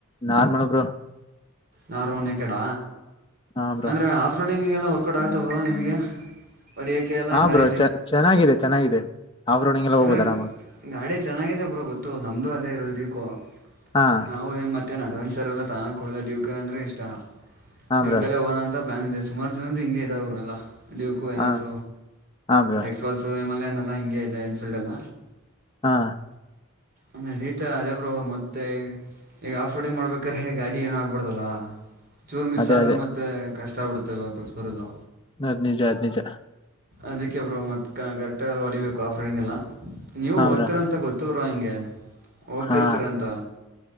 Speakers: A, on the left (about 20°); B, on the right (about 45°).
A: ನಾರ್ಮಲ್ ಒಬ್ರು
B: ನಾರ ಒ ಕಡ
A: ಹಾ ಬ್ರೋ
B: ಅಂದ್ರೆ ಆಫ ನಿಮಗೆಲ್ಲ ವರ್ಕೌಟ್ ಆಗತ ಬ ನಿಮಗೆ ಹೊಡಿಯೋಕ್ಕೆ ಎಲ್ಲ
A: ಹ
B: ಹಿಂಗೆ ಗಾಡಿ
A: ಬ್ರೋ ಚ ಚೆನ್ನಾಗಿದೆ ಚೆನ್ನಾಗಿದೆ ರೋಡಿಂಗ್ ಎಲ್ಲ
B: ಅಂದ್ರೆ
A: ಹೋಗ್ಬೋದು ಆರಾಮಾಗಿ
B: ಗಾಡಿ ಚೆನ್ನಾಗಿದೆ ಬ್ರ ಗೊತ್ತು ನಮ್ದು ಅದೇ ಇರೋದು ಬೇಕೋ
A: ಹಾ
B: ನಾವು ಮತ್ತ ಅಡ್ವೆಂಚರ್ ಎಲ್ಲ ತ ಡೂಕ ಅಂದ್ರೆ ಇಷ್ಟ
A: ಹಾ
B: ಡ
A: ಬ್ರೋ
B: ಕಲ್ಲ ಹೋಗೋಣ ಅಂತ ಪ್ಲಾನ್ ಸುಮಾರು ದ ಹಿಂಗ ಇದಲ್ಲ ಡಕೋ ಎನ್
A: ಹಾ
B: ಎಸ್
A: ಹಾ ಬ್ರೋ
B: ಎಕ್ಸ್ಪಲ್ಸ್ ಮಲ್ಲನಲ್ಲ ಹಿಂಗೆ ಇದೆ ಎನ್ ಫೀಲ್ಡ್ ಎಲ್ಲ
A: ಹಾ
B: ಅ ರೀತ ಅದೇಬ್ರು ಮತ್ತೆ ಈಗ ಆಫ್ ರೋಡಿಂಗ್ ಮಾಡ್ಬೇಕ್ರೆ ಗಾಡಿ ಏನ ಆಗ್ಬಡ್ದಲ್ಲ ಚೂರ್ ಮಿಸ್
A: ಅದೇ
B: ಆದ್ರು
A: ಅದೇ
B: ಮತ್ತೆ ಕಷ್ಟ ಬಿಡುತ್ತೆ ವಾಪಸ್ ಬರೋದು
A: ಅದ ನಿಜ ಅದ ನಿಜ
B: ಅದಕ್ಕೆಬ್ರು ಮತ್ ಕರೆಕ್ಟ ಹೊಡಿಬೇಕು ಆಫ್ರೋಡಿಂಗ್ ಎಲ್ಲ ನೀವು
A: ಹಾ
B: ಹೋಗ್ತಿೀರಾ
A: ಬ್ರೋ
B: ಅಂತ ಗೊತ್ತ ಇ ಹಿಂಗೆ ಹೋಗ್ತಿರ್ತರ
A: ಹಾ
B: ಅಂತ